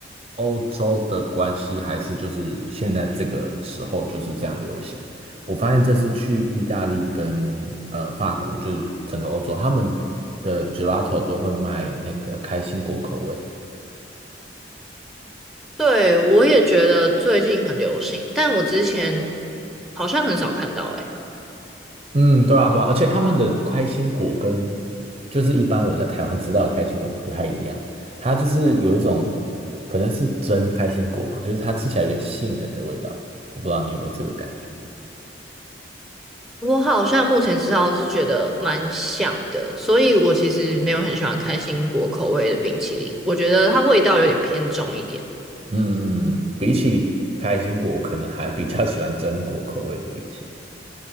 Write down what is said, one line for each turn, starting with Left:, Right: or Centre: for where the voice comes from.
Right: 欧洲的关系，还是就是现在这个时候就是这样流行。我发现这次去意大利跟呃法国，就是整个欧洲，他们的 gelato 都会卖那个开心果口味，
Centre: 对，我也觉得最近很流行，但我之前好像很少看到诶、
Right: 嗯，对啊，对啊，而且他们的开心果跟就是一般我在台湾吃到的开心果不太一样，它就是有一种可能是真开心果嘛，就是它吃起来有点杏仁的味道，我不知道你有没有这个感觉。
Centre: 我好像目前吃到的是觉得蛮像的，所以我其实没有很喜欢开心果口味的冰淇淋，我觉得它味道有点偏重一点。
Right: 嗯嗯，比起开心果，我可能还比较喜欢榛果口味的冰淇淋。